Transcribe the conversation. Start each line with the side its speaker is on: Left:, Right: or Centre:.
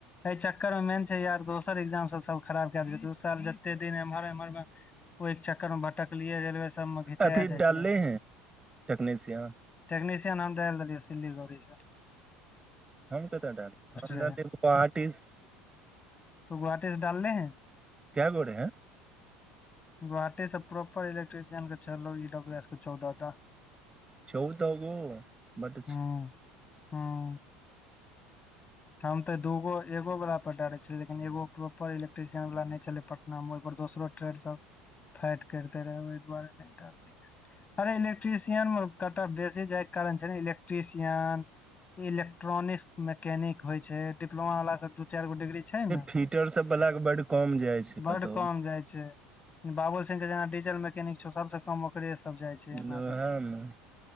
Left: एय चक्कर मे मेन छै यार दोसर एग्जाम सब सब खराब क <unintelligible> दोसर जते दिन एमहर एमहर मे, ओए एक चक्कर मे भटकलियै रेलवे सबमे घिचेए
Right: अथी
Left: जैतियै।
Right: डालले हैं टेक्नीशियन
Left: टेक्नीशियन हम दे देलिय सिल्लीगोड़ीसँ।
Right: हम कतअ डाली
Left: रहे
Right: आर्टिस्,
Left: तु गुहाटीस डालली है।
Right: क्य घोड़े है।
Left: गोहाटीसँ प्रॉपर इलेक्ट्रिशियन के छल ईडब्ल्यू एस के चौदह टा।
Right: चौ दगू बड
Left: हूं
Right: छै।
Left: हूं हम ते दूगो एगो वलाा पर डारे छलियै <unintelligible> एगो प्रोपर इलेक्ट्रिशियन वाल नै छले। ना हम ओइ पर दोसरो ट्रेड सब फाइट करिते रहे। <unintelligible> अरे इलेक्ट्रिशियन मे कत बेसी जाय कारण छै ने इलेक्ट्रिशियन। इलेक्ट्रॉनिक्स मैकेनिक होय छै डिप्लो वाला सब दू चार गो डिग्री, छै ने,
Right: फीचर सब
Left: से
Right: बला के बड कम जाइ छै
Left: बड
Right: कतौ
Left: कम जाय छै। बाबुल सिंह के जेना डीजल मैकेनिक छौ सबस कम ओकरे सब जाय छै
Right: वएह
Left: एना सबमे।
Right: ने